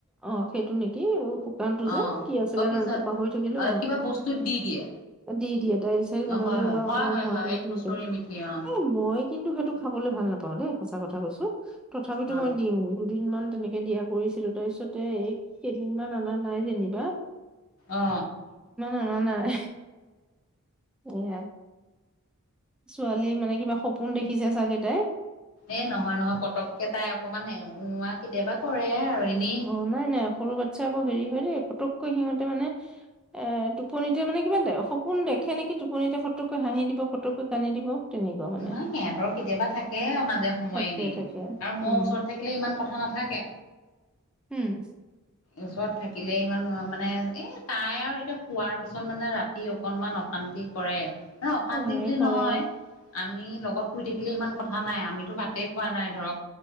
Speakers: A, in the centre; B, on the left (about 65°).
A: অ সেইটো নেকি শুকান টো
B: অ
A: যে কি আছিলে
B: অ পিছত
A: নামটো পাহৰি থাকিলো
B: অ কিবা বস্তুত দি দিয়ে
A: অ দি দিয়া দাইল চাইল বনালেও
B: অ হয় হয়
A: ব
B: হয়
A: অকমান
B: হয়
A: সৰ
B: হয়
A: সময়তি
B: এই কচুৰি
A: থে
B: মিঠি অ
A: এ মই কিন্তু সেইটো খাবলৈ ভাল নাপাওঁ দেই সঁচাক কথা কৈছো তথাপিতো
B: অ
A: মই দিওঁ দুদিন মান তেনেকে দিয়া কৰি তাৰ পিছতে এই কেইদিন মান অনা নাই যেনিবা
B: অ
A: শুনা নাই এইয়া ছোৱালীৰ মানে কিবা সপোন দেখিছে চাগে তাই
B: এ নহয় নহয় পতককে তাই অকন মান উম আহ কেতিয়াবা কৰে আৰু এনেই
A: অ নাই নাই সৰু বাচ্ছা আকৌ হেৰি হয় দেই ফটককৈ সিহতে মানে এ টোপনিতে মানে কিবা সপোন দেখে নেকি টোপনিতে ফটককে কাঁহি দিব ফতকৈ কান্দি দিব তেনেকুৱা মানে
B: নহ সিহঁতৰ কেতিয়াবা থাকে মাজে সময়
A: তাকে
B: এনে
A: তাকে
B: আৰু মই
A: উম
B: ওচৰত থাকিলে ইমান কথা নাথাকে
A: উম
B: ওচৰত থাকিলে ইমান মানে এ তাই আৰু এতিয়া শোৱাৰ পিছত মানে ৰাতি অকনমান অশান্তি কৰে নহ অশান্তি
A: কৰে
B: বুলি
A: কৰে
B: নহয় আমি লগত শুই থাকিলে ইমান কথা নাই আমি টো ভাতেই খোৱা নাই ধৰক